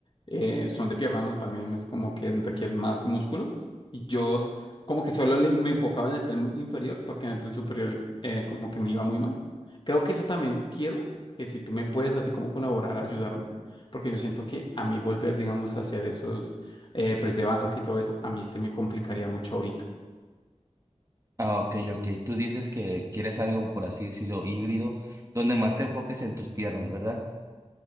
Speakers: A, on the left; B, on the right.
A: eh, son de pierna, ¿no? También es como que requieren más músculos. Y yo como que solo le- me enfocaba en el tren inferior, porque en el tren superior eh, como que me iba muy mal. Creo que eso también quiero, que si tú me puedes así como colaborar, ayudarme, porque yo siento que a mí volver, digamos, a hacer esos eh, press de banca y todo eso, a mí se me complicaría mucho ahorita.
B: Ah, ok, ok. Tú dices que quieres algo, por así decirlo, híbrido, donde más te enfoques en tus piernas, ¿verdad?